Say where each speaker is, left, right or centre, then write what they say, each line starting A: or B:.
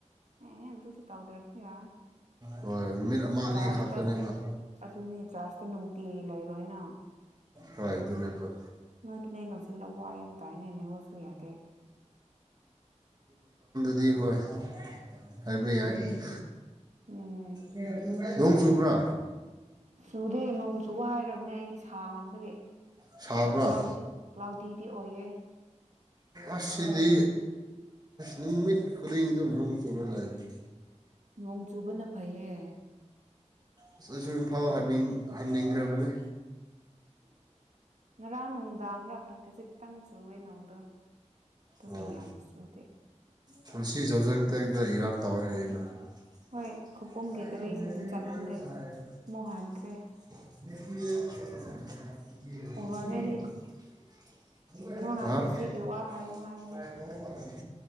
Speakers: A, on the right (about 70°); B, on the right (about 35°).
A: ꯑꯦ ꯨꯖꯤ ꯇꯧꯗ꯭ꯔꯦ ꯐꯌꯥ
B: ꯍꯣꯏ ꯅꯨꯃꯤꯠ ꯑꯃ
A: ꯆꯥꯔꯖꯇ
B: ꯑꯅꯤ ꯈꯛꯇꯅꯦꯕ
A: ꯑꯗꯨꯅꯦ ꯆꯥꯔꯖꯇ ꯅꯨꯡꯇꯤ ꯂꯩꯔꯣꯏꯅ
B: ꯍꯣꯏ ꯑꯗꯨꯅꯦꯕ
A: ꯅꯣꯡꯣꯏꯇ ꯃ ꯂ ꯂꯧꯁꯤꯜꯂ ꯋꯥꯏꯝ ꯇꯥꯏꯅꯅꯦ ꯑꯣꯏ ꯁꯨꯌꯥꯗꯦ
B: ꯗꯤ ꯍꯣꯏ ꯍꯥꯏꯕ ꯌꯥꯏ
A: ꯎꯝ
B: ꯍ ꯎ ꯅꯣꯡ ꯆꯨꯕ꯭ꯔꯥ
A: ꯆꯨꯗꯦ ꯅꯣꯡ ꯆꯨ ꯍꯥꯏꯈ꯭ꯔꯔꯕꯅꯦ ꯑꯩꯗꯤ ꯁꯥ ꯃꯟꯥꯟꯕꯒꯤꯥꯎꯗꯤ
B: ꯁꯥꯕ꯭ꯔꯥ
A: ꯀ꯭ꯂꯥꯎꯗꯤꯗꯤ ꯑꯣꯏꯌꯦꯦ
B: ꯑꯁꯤꯗꯤ ꯅꯨꯃꯤꯠ ꯈꯨꯗꯤꯡꯗ ꯅꯨꯡ ꯆꯣꯛꯕ ꯂꯩꯝꯅꯤ
A: ꯅꯣꯡ ꯆꯨꯕꯅ ꯐꯩꯌꯦ ꯍ
B: ꯑꯁ ꯑꯁꯨꯨꯝ ꯏꯝꯐꯥꯎꯅꯤꯡ ꯍꯟꯅꯤꯡꯈ꯭ꯔꯕꯅꯤ
A: ꯉꯔꯥꯡ ꯅꯨꯡꯗꯥꯡꯒ ꯈꯛ ꯈꯖꯤꯛꯇꯪ ꯆꯨꯋꯦ ꯅꯣꯡꯗꯣ ꯑꯗꯨꯒꯤ
B: ꯑꯣ
A: ꯌꯥꯝ ꯆꯨꯗꯦ
B: ꯄꯨꯟꯁꯤ ꯌꯥꯖꯖꯪ ꯇꯥꯏꯗ ꯏꯔꯥꯡ ꯇꯋꯦꯅ
A: ꯍꯣꯏ
B: ꯑ
A: ꯈꯨꯄꯨꯝꯒꯤ ꯒꯥꯔꯤꯁꯤꯡꯗꯨ ꯆꯠꯍꯟꯗꯦ ꯑꯃꯨꯛ ꯍꯟꯈ꯭ꯔꯦ ꯑꯣꯚꯔꯅꯦ ꯁꯤ ꯅꯣ ꯉꯥꯏꯈꯣ ꯁꯤꯒꯤ ꯋꯥ ꯍꯥꯏꯒꯅꯨ ꯍꯥꯏꯕꯅꯦ